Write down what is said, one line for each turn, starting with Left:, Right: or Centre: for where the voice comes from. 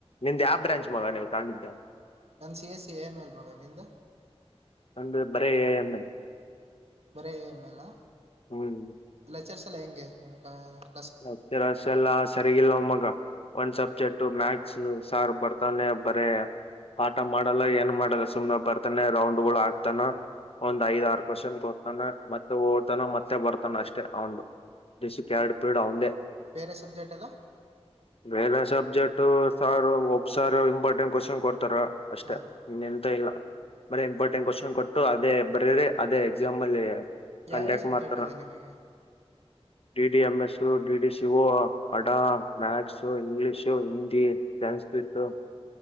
Left: ನಿಮ್ದ್ ಯಾವ ಬ್ರಾಂಚ್ ಮಗ ನೀವು ತಗೊಂಡಿದ್ದ
Right: ನನ್ C S C A M L ಮಗ ನಿಂದ
Left: ಒಂದು ಬರೇ ಅಣ್ಣನ್
Right: ಬರೀ ಎಮ ಎಲ್ಲ
Left: ಹ್ಮ್
Right: ಎಲ್ಲಲೆಚರ್ಸ್ ಎಲ್ಲ ಹೆಂಗೆ ನಿಮ ಕ
Left: ರತೆೆ ರಸ ಎಲ್ಲಾ ಸರಿಗಿಲ್ಲ ಒಮ್ಮಗ ಒಂದ್ ಸಬ್ಜೆಕ್ಟ್ ಮ್ಯಾಕ್ಸ್ ಸಾರ್ ಬರ್ತಾನೆ ಬರೇ ಪಾಠ ಮಾಡಲ್ಲ ಏನ್ ಮಾಡಲ್ಲ ಸುಮ್ ಬರ್ತಾನೆ ರೌಂಡ್ಗಳು ಆಾಕ್ತಾನ ಒಂದ್ ಐದ್ ಆರು ಕ್ವಶನ್ ಕೊೋರ್ತಾನ ಮತ್ತೆ ಓದತಾನ ಮತ್ತೆ ಬರ್ತಾನ ಅಷ್ಟೇ ಅವು ದಸಕ್ಕೆ ಎರಡು ಪೇಡು ಅವಂದೇ
Right: ಬೇರೆ ಸಬ್ಜೆಕ್ಟ್ ಎಲ್ಲ
Left: ಬೇರೆ ಸಬ್ಜೆಕ್ಟ್ ಸಾರು ಒಬ್ಸಾರು ಇಂಪಾರ್ಟೆಂಟ್ ಕ್ವಶನ್ ಕೊಡ್ತಾರ ಅಷ್ಟೇ
Right: ಹಾಂ
Left: ಇನ್ ಎಂತ ಇಲ್ಲ ಮರ ಇಂಪಾರ್ಟೆಂಟ್ ಕ್ವಶನ್ ಕೊಟ್ಟು ಅದೇ ಬರೀರಿ ಅದೇ ಎಕ್ಸಾಮ್ ಅಲ್ಲಿ
Right: ಯಾವ್ಯಾವ
Left: ಕಂಡಕ್ಟ್
Right: ಸಬ್ಜೆಕ್ಟ್
Left: ಮಾಡ್ತಾರ
Right: ಇದೆ ನಿಮಗೆ
Left: D D M S E D D C ವ ಅಡ ಮ್ಯಾಥಸ್ ಇಂಗ್ಲಿಷ್ ಹಿಂದಿ ಸನ್ಸ್ ಇತ್ತು